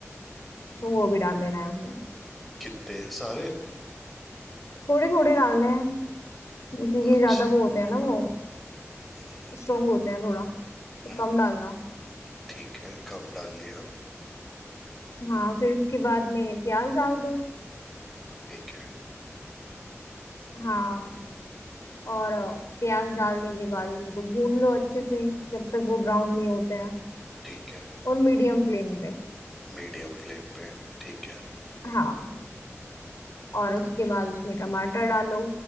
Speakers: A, on the left; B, in the centre.
A: तो वो भी डाल लेना है उनमें
B: कितने हैं? सारे
A: थोड़े थोड़े डालने हैं क्योंकि
B: अच्छा
A: ज्यादा वो होते हैं ना वो
B: हम्म
A: स्ट्रोंग होते हैं थोड़ा तो
B: हम्म
A: कम डालना
B: ठीक है कम डाल दिया
A: हाँ फिर उसके बाद में प्याज डाल दो
B: ठीक है
A: हाँ और अ, प्याज डालने के बाद उनको भून लो अच्छे से जब तक वो ब्राउन नहीं होते हैं
B: ठीक है
A: और मीडियम फ्लेम पे
B: मीडियम फ्लेम पे ठीक है
A: हाँ और उसके
B: फिर
A: बाद उसमें टमाटर डालो